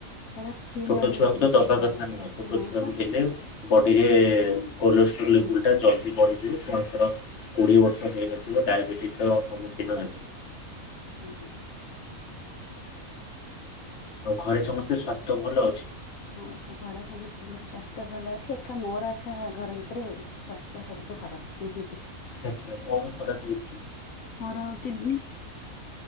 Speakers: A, on the left (about 75°); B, on the left (about 55°).
A: ତାର ଥିନରେ
B: ଛୋଟ ଛୁଆକୁ
A: ବିସ୍କୁଟ
B: ତ ଦବା
A: ପଡେ
B: କଥା ନୁହଁ ଛୋଟ
A: ନାଇଁ
B: ଛୁଆକୁ
A: ପା
B: ଦେଲେ ବଡିରେ କୋଲେଷ୍ଟ୍ରୋଲ
A: ହୁଁ
B: ଲେବୁଲଟା ଜଲଦି ବଢିଯିବ
A: ଅଛି
B: ଛୁଆଙ୍କର କୋଡ଼ିଏ ବର୍ଷ ହେଇନଥିବ ଡାଇବେଟିସର ସମ୍ମୁଖୀନ ହେବେ।
A: ହୁଁ ହୁଁ।
B: ଆଉ ଘରେ ସମସ୍ତେ ସ୍ଵାସ୍ଥ୍ୟ ଭଲ ଅଛି?
A: ସମସ୍ତ ଘରେ ସମସ୍ତଙ୍କର ସ୍ଵାସ୍ଥ୍ୟ ଭଲ ଅଛି। ଏକା ମୋର ଏକା ଘର ଭିତରେ ସ୍ଵାସ୍ଥ୍ୟ ସବୁଠୁ ଖରାପ ହୁଁ ହୁଁ ହୁଁ।
B: ଆଚ୍ଛା କଣ ଖରାପ ହେଇଛି?
A: ମୋର କିଡନୀ